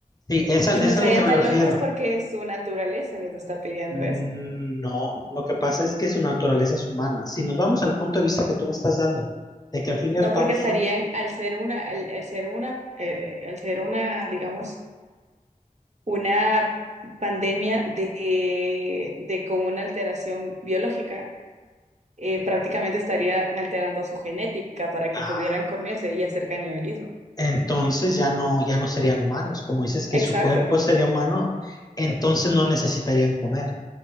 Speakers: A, on the left; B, on the right.
A: Sí, esa-
B: Y
A: eso
B: no
A: es
B: estarían
A: a lo que me
B: tan
A: refiero.
B: locos porque su naturaleza les está pidiendo
A: Mm,
B: eso.
A: No, lo que pasa es que su naturaleza es humana. Si nos vamos al punto de vista que tú me estás dando, de que al fin y
B: No
A: al cabo,
B: porque
A: son-
B: estarían al ser una, al, al ser una, eh, al ser una, digamos, una pandemia de, de con una alteración biológica eh, prácticamente estarían alterando su genética para que
A: ah,
B: pudieran comerse y hacer canibalismo.
A: entonces ya no, ya no serían humanos. Como dices que
B: Exacto.
A: su cuerpo sería humano, entonces no necesitarían comer. O